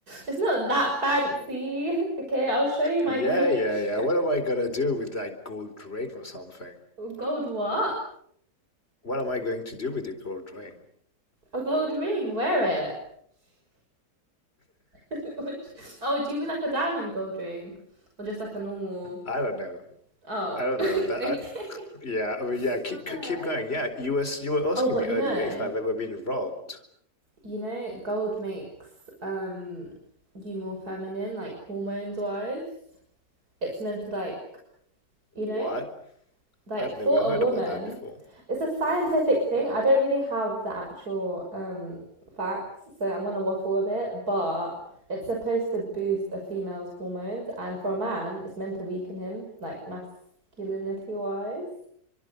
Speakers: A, on the right (about 60°); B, on the left (about 35°).
A: it's not that fancy. Okay, I'll show you my
B: Yeah,
A: <laughs> collection.
B: yeah, yeah. What am I gonna do with that gold ring or something?
A: Gold what?
B: what am I going to do with your gold ring?
A: A gold ring. Wear it. <laughs> Which, oh, do you mean like a diamond gold ring, or just like a normal?
B: I don't know.
A: Oh,
B: I don't
A: <laughs> okay.
B: know that. I, yeah, I mean, yeah. Keep
A: What the heck?
B: keep going. Yeah, you was you were asking
A: Oh, but
B: me
A: you
B: earlier
A: know,
B: if I've ever been robbed.
A: you know, gold makes um you more feminine, like hormones wise. It's meant to like, you
B: What?
A: know, like
B: I've
A: for
B: never
A: a
B: heard
A: woman,
B: about that before.
A: it's a scientific thing. I don't really have the actual um facts, so I'm gonna waffle a bit, but it's supposed to boost a female's hormones, and for a man, it's meant to weaken him, like masculinity wise.